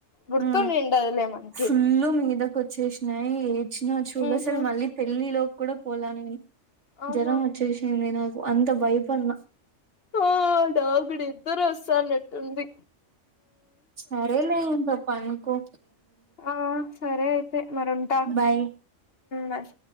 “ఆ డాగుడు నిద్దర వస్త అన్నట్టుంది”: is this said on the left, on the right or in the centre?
Left